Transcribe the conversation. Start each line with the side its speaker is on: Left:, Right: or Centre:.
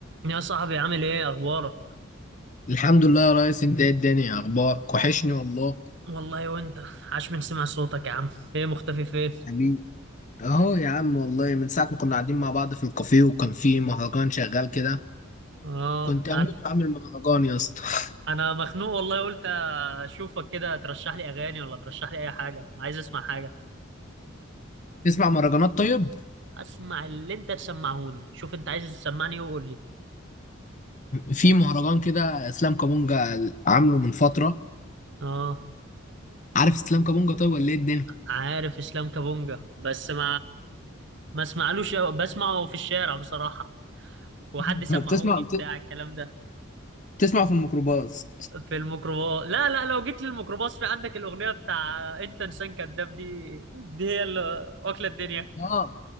Right: يا صاحبي عامل ايه اخبارك
Left: الحمد لله يا ريس انت ايه الدنيا اخبارك وحشني والله
Right: والله وانت عاش من سمع صوتك يا عم ايه مختفي فين
Left: حبيبي اهو يا عم والله من ساعة ما كنا قاعدين مع بعض في الكافيه وكان في مهرجان شغال كده
Right: اه
Left: كنت اموت
Right: انا
Left: واعمل مهرجان يا اسطى <laughs>
Right: انا مخنوق والله قلت اشوفك كده ترشح لي اغاني ولا ترشح لي اي حاجه عايز اسمع حاجه
Left: تسمع مهرجانات طيب
Right: اسمع اللي انت تسمعهوني شوف انت عايز تسمعني إيه وقول لي
Left: في مهرجان كده اسلام كابونجا عامله من فترة
Right: اه
Left: عارف اسلام كابونجا طيب ولا ايه الدنيا
Right: عارف اسلام كابونجا بس ما ما اسمعلوش أوي، بسمعه في الشارع بصراحه وحد
Left: <laughs>
Right: سمعوني
Left: بتسمع بت-
Right: بتاع الكلام ده
Left: بتسمع في الميكروباص
Right: في الميكروباص لا لا لو جيت للميكروباص في عندك الأغنية بتاع أنت إنسان كذاب دي دي هي اللي واكلة الدنيا
Left: اه